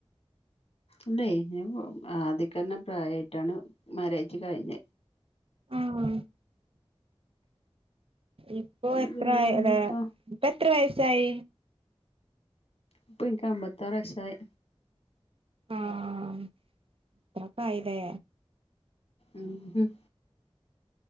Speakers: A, on the left; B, on the right.
A: ഇല്ലേയ് ഞാ ആദ്യകന്നെ പ്രായായിട്ടാണ് മാരേജ് കഴിഞ്ഞ
B: ആഹ് ഇപ്പൊ എത്ര
A: പിന്നെ
B: ആയി
A: ഇനിയിപ്പോ
B: അല്ല ഇപ്പ എത്ര വയസ്സായി?
A: ഇപ്പൻക്ക് അമ്പത്താറ് വയസായി
B: ആഹ് അത്രക്കായി ലേ
A: ഉം